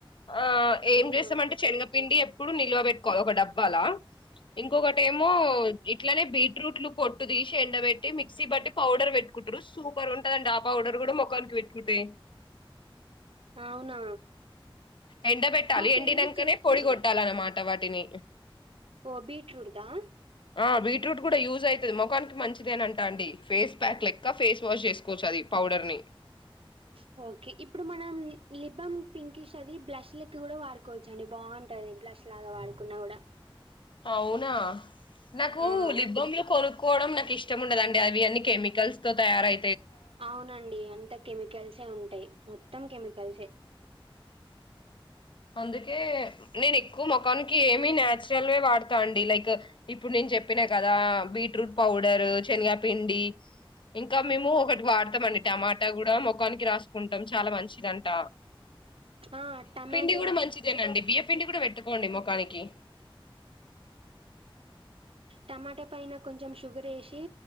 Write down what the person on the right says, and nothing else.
అవునా
ఆ అవునా
మా ఫ్రెండ్
చెప్తది
ఓ బీట్రూట్ దా.
బ్లాంక్ ఓకే ఇప్పుడు మనం లిబ్బమ్ పింకిష్ అది బ్లష్లక్క కూడా వాడుకోవచ్చండి బాగుంటది బ్లా బ్లష్ లాగా వాడుకున్నా కూడా
ఆ
అవునండి అంత కెమికల్సే ఉంటాయి మొత్తం కెమికల్సే.
ఆహ్ టమాట్.
టమాట పైన కొంచెం షుగర్ ఏసి